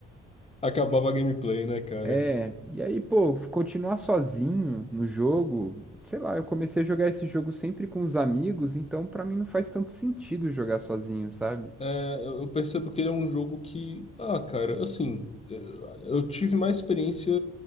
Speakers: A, on the left; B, in the centre.
A: Acabava a gameplay, né, cara?
B: É, e aí, pô, continuar sozinho no jogo, sei lá, eu comecei a jogar esse jogo sempre com os amigos, então pra mim não faz tanto sentido jogar sozinho, sabe?
A: É, eu eu percebo que ele é um jogo que, ah, cara, assim, eh, eu tive mais experiência.